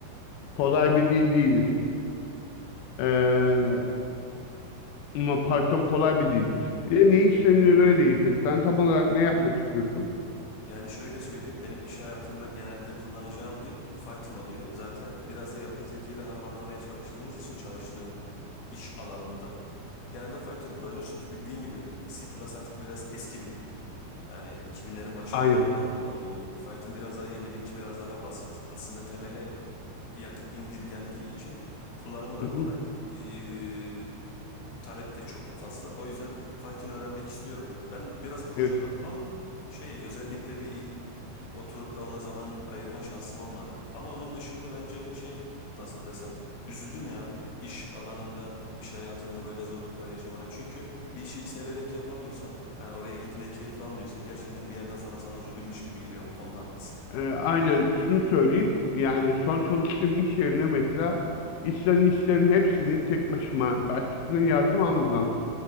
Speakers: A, on the left; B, on the left.
A: kolay bir dil değildir. Ee, ama Python kolay bir dildir. Bir de ne istediğine göre değişir. Sen tam olarak ne yapmak istiyorsun?
B: Yani şöyle söyleyeyim, benim iş hayatımda genelde kullanacağım dil Python oluyor. Zaten biraz da yapay zeka ile harmanlamaya çalıştığımız için çalıştığım iş alanında genelde Python kullanıyoruz. Çünkü bildiğin gibi C++ artık biraz eski bir dil. Yani 2000'lerin başlarında
A: Aynen.
B: falan kullanılıyordu. Python biraz daha yenilikçi, biraz daha basit. Aslında temele yakın indirgendiği için kullanımı da
A: Hı hı,
B: kolay. Ee, talep de çok fazla. O yüzden Python öğrenmek istiyorum. Ben biraz kurcaladım
A: Evet.
B: ama şey özellikle bir oturup da ona zaman ayırma şansım olmadı. Ama onun dışında bence şey nasıl desem üzüldüm ya iş alanında, iş hayatında böyle zorluklar yaşamana. Çünkü bir işi severek yapamıyorsan, hani oraya gittiğinde keyif almıyorsan gerçekten bir yerden sonra sana zulümmüş gibi geliyor. Bu konuda haklısın.
A: Ee, aynen şunu söyleyeyim. Yani son çalıştığım iş yerine mesela istenen işlerin hepsini tek başıma başkasının yardım almadan